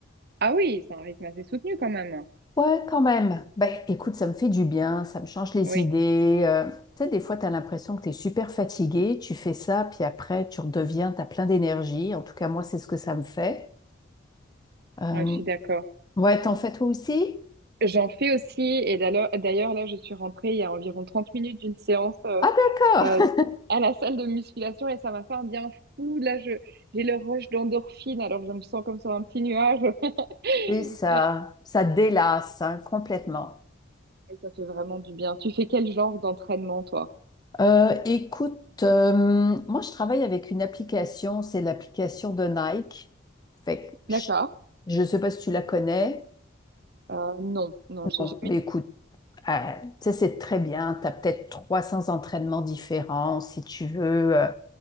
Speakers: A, on the right (about 55°); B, on the left (about 20°).
A: Ah oui, c'est un rythme assez soutenu quand même.
B: Ouais, quand même. Ben, écoute, ça me fait du bien, ça me change les
A: Oui,
B: idées. euh, tu sais, des fois, tu as l'impression que tu es super fatigué, tu fais ça, puis après, tu redeviens, tu as plein d'énergie. En tout cas, moi, c'est ce que ça me fait. Euh,
A: ouais, je suis d'accord.
B: ouais, t'en fais toi aussi?
A: J'en fais aussi, et d'ailleurs, d'ailleurs, là, je suis rentrée il y a environ 30 minutes d'une séance euh,
B: Ah, d'accord.
A: euh, à la salle de musculation et ça m'a fait un bien fou. Là, je, j'ai le rush d'endorphine, alors je me sens comme sur un petit nuage. <laughs>
B: <laughs> Et ça,
A: Ah,
B: ça délasse, hein, complètement.
A: mais ça fait vraiment du bien. Tu fais quel genre d'entraînement, toi?
B: Euh, écoute, euh, moi, je travaille avec une application, c'est l'application de Nike. Fait que
A: D'accord.
B: je ne sais pas si tu la connais.
A: Euh, non, non, j'ai
B: Bon,
A: jamais.
B: mais écoute, euh, tu sais, c'est très bien. Tu as peut-être 300 entraînements différents si tu veux, euh,